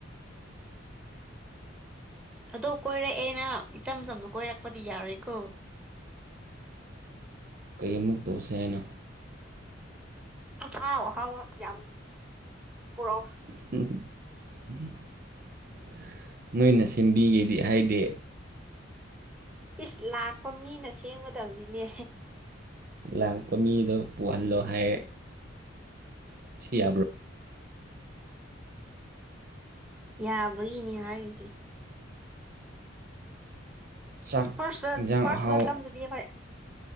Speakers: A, in the centre; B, on the right.
A: ꯑꯗꯣ ꯀꯣꯏꯔꯛꯑꯦꯅ ꯏꯆꯝ ꯆꯝꯅ ꯀꯣꯏꯔꯛꯄꯗꯤ ꯌꯥꯔꯣꯏꯀꯣ
B: ꯀꯩ ꯑꯃꯨꯛ ꯇꯧꯁꯤ ꯍꯥꯏꯅꯣ
A: ꯑꯍꯥꯎ ꯑꯍꯥꯎ ꯌꯥꯝ ꯄꯨꯔꯛꯑꯣ
B: <unintelligible> ꯅꯣꯏꯅ ꯁꯦꯝꯕꯤꯒꯦꯗꯤ ꯍꯥꯏꯗꯤ
A: ꯏꯁ ꯂꯥꯛꯄ ꯃꯤꯅ ꯁꯦꯝꯒꯗꯕꯗꯤꯅꯦ
B: ꯂꯥꯛꯄ ꯃꯤꯗꯣ ꯄꯨꯍꯜꯂꯣ ꯍꯥꯏꯔꯦ ꯁꯤ ꯌꯥꯕ꯭ꯔꯣ
A: ꯌꯥꯕꯒꯤꯅꯦ ꯍꯥꯏꯔꯤꯁꯦ
B: ꯆꯥꯛ
A: ꯐꯥꯔꯁꯋꯦꯜ
B: ꯏꯟꯁꯥꯡ
A: ꯐꯥꯔꯁ
B: ꯑꯍꯥꯎ
A: ꯋꯦꯜꯀꯝꯗꯗꯤ ꯍꯣꯏ